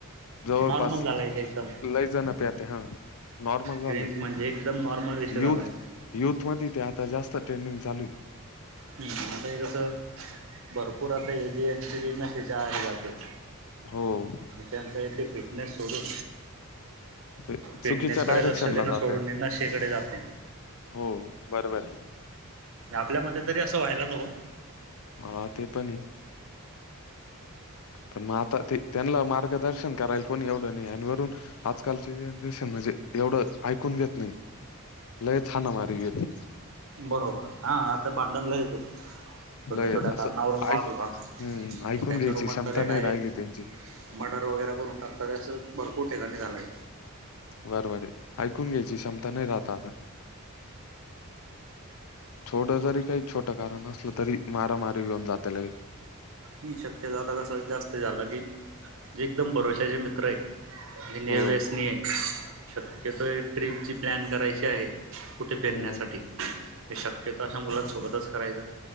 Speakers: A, on the left (about 75°); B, on the right (about 60°).
A: जवळपास
B: नॉर्मल झालाय ते एकदम
A: लै जण पे ते हा नॉर्मल झालंय
B: ड्रिंक
A: ते
B: म्हणजे एकदम नॉर्मल विषय
A: यूथ
B: झाला आहे
A: यूथ मध्ये ते आता जास्त ट्रेंडिंग चालू आहे
B: हम् आता हे कसं भरपूर आता ए जे यांची जी नशीे ची आआरी जाते
A: हो
B: त्यांचा इथे फिटनेस सोडून
A: ते चुकीच्या
B: फिटनेसकडे
A: डायरेक्शनला
B: लक्ष देणं
A: जाते.
B: सोडून नशेकडे जात ने
A: हो बरोबरय
B: आपल्यामध्ये तरी असं व्हायला नको
A: हा ते पण आहे पण मग आता ते त्यांना मार्गदर्शन करायला कोणी एवढं नाही आणि वरून आजकालचे जनरेशन म्हणजे एवढं ऐकून घेत नाही लयच हाना मारी यती
B: बरोबर हा आता भांडणला येत होत छोट्या
A: लयच
B: छोट्या
A: असं
B: कारणावरून वाद
A: ऐक
B: होता
A: हम्म ऐकून
B: मग त्याच्या
A: घ्यायची
B: रूपांतर
A: क्षमता
B: हे
A: नाही
B: डायरेक्ट
A: राहिली त्यांची
B: मर्डर वगैरे करून टाकतात असं भरपूर ठिकाणी झालंय
A: बरोबराय ऐकून घ्यायची क्षमता नाही राहता आता छोडं जरी काही छोटं कारण असलं तरी मारामारी घेऊन जातेला
B: मी शक्यता आता कसं जास्त झालं की जे एकदम भरोश्याचे मित्र आहे निर्व्यसनी
A: हो
B: आहे शक्यतो ट्रिपची प्लॅन करायची आहे कुठे फिरण्यासाठी
A: हो
B: हे शक्यत अशा मुलांसोबतच करायचं